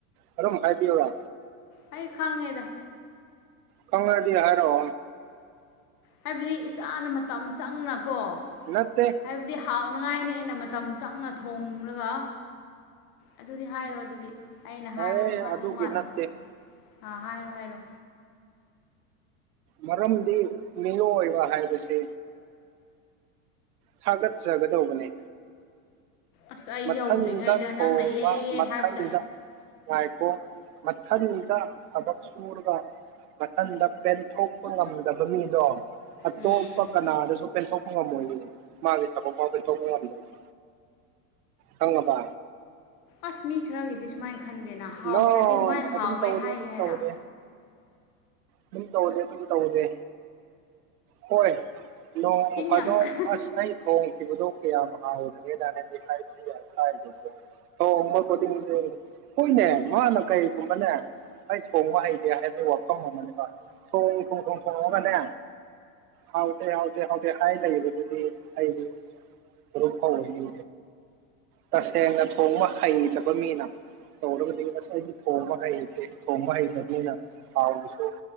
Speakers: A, on the right; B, on the left.
A: ꯃꯔꯝ ꯍꯥꯏꯕꯤꯌꯨꯔꯣ꯫
B: ꯑꯩ ꯈꯥꯡꯉꯦꯗ꯫
A: ꯈꯪꯉꯗꯤ ꯍꯥꯏꯔꯣ꯫
B: ꯍꯥꯏꯕꯗꯤ ꯏꯁꯥꯅ ꯃꯇꯝ ꯆꯪꯅꯀꯣ꯫
A: ꯅꯠꯇꯦ꯫
B: ꯍꯥꯏꯕꯗꯤ ꯍꯥꯎꯅꯉꯥꯏꯅ ꯃꯇꯝ ꯆꯪꯅ ꯊꯣꯡꯂꯒ꯫ ꯑꯗꯨꯗꯤ ꯍꯥꯏꯔꯣ ꯑꯗꯨꯗꯤ ꯑꯩꯅ
A: ꯑꯦ
B: ꯍꯥꯏꯕ ꯇꯣꯡꯉꯥꯟꯗꯧ
A: ꯑꯗꯨꯒꯤ
B: ꯃꯥꯜꯂꯦ꯫
A: ꯅꯠꯇꯦ
B: ꯑꯥ ꯍꯥꯏꯔꯣ ꯍꯥꯏꯔꯣ꯫
A: ꯃꯔꯝꯗꯤ ꯃꯤꯑꯣꯏꯕ ꯍꯥꯏꯕꯁꯦ꯫ ꯊꯥꯒꯠꯆꯒꯗꯧꯕꯅꯦ꯫
B: ꯑꯁ ꯑꯩ
A: ꯃꯊꯟꯗ
B: ꯌꯧꯗ꯭ꯔꯤꯉꯩꯗ
A: ꯊꯣꯡꯕ
B: ꯅꯪꯅ ꯑꯦ ꯑꯦ
A: ꯃꯊꯟꯗ꯫
B: ꯍꯥꯏꯕꯗ
A: ꯉꯥꯏꯈꯣ ꯃꯊꯟꯗ ꯊꯕꯛ ꯁꯨꯔꯒ꯫ ꯃꯊꯟꯗ ꯄꯦꯟꯊꯣꯛꯄ ꯉꯝꯗꯕ ꯃꯤꯗꯣ꯫ ꯑꯇꯣꯞꯄ
B: ꯎꯝ
A: ꯀꯅꯥꯗꯁꯨ ꯄꯦꯟꯊꯣꯛꯄ ꯉꯝꯃꯣꯏꯌꯦ ꯃꯥꯒꯤ ꯊꯕꯛ ꯐꯥꯎ ꯄꯦꯟꯊꯣꯛꯄ ꯉꯝꯗꯔꯗꯤ꯫ ꯈꯪꯉꯕ꯫
B: ꯑꯁ ꯃꯤ ꯈꯔꯒꯤꯗꯤ ꯁꯨꯃꯥꯏꯅ ꯈꯟꯗꯦꯅ ꯍꯥꯎꯇ꯭ꯔꯗꯤ
A: ꯅꯣ
B: ꯀꯃꯥꯏꯅ
A: ꯑꯗꯨꯝ
B: ꯍꯥꯎꯋꯦ
A: ꯇꯧꯗꯦ
B: ꯍꯥꯏꯒꯦ
A: ꯑꯗꯨꯝ
B: ꯍꯥꯏꯔ꯫
A: ꯇꯧꯗꯦ ꯑꯗꯨꯝ ꯇꯧꯗꯦ ꯇꯨꯡ ꯇꯧꯗꯦ ꯍꯣꯏ꯫ ꯅꯣꯡ
B: ꯆꯤꯟ
A: ꯐꯥꯗꯣꯛ
B: ꯌꯥꯝ ꯀꯜꯂꯦ
A: ꯑꯁ ꯑꯩ꯫ ꯊꯣꯡꯈꯤꯕꯗꯣ ꯀꯌꯥꯝ ꯍꯥꯎꯌꯦꯅ ꯍꯥꯏꯕꯗꯤ ꯌꯥꯝ ꯀꯥꯏꯔꯣꯏꯌꯦ꯫ ꯊꯣꯡꯕ ꯈꯨꯗꯤꯡꯁꯦ ꯍꯣꯏꯅꯦ ꯃꯥꯅ ꯀꯩꯒꯨꯝꯕꯅꯦ꯫ ꯑꯩꯩ ꯊꯣꯡꯉꯣ ꯍꯩꯇꯦ ꯍꯥꯏꯗꯤ ꯋꯥꯐꯝ ꯑꯃꯅꯦꯕꯥ ꯊꯣꯡ ꯊꯣꯡ ꯊꯣꯡ ꯊꯣꯡꯉꯒꯅꯦ꯫ ꯍꯥꯎꯇꯦ ꯍꯥꯎꯇ‌ꯦ ꯍꯥꯎꯇ‌ꯦ ꯍꯥꯏ ꯂꯩꯌꯦꯕꯗꯨꯗꯤ ꯑꯩꯗꯤ꯫ ꯃꯔꯨꯝꯐꯥꯎꯗꯤ ꯇꯁꯦꯡꯅ ꯊꯣꯡꯕ ꯍꯩꯇꯕ ꯃꯤꯅ꯫ ꯇꯧꯔꯒꯗꯤ ꯑꯁ ꯍꯥꯏꯇ‌ꯦ ꯊꯣꯡꯕ ꯍꯩꯇꯦ ꯊꯣꯡꯕ ꯍꯩꯇꯕꯅꯤꯅ ꯍꯥꯎꯕꯁꯨ꯫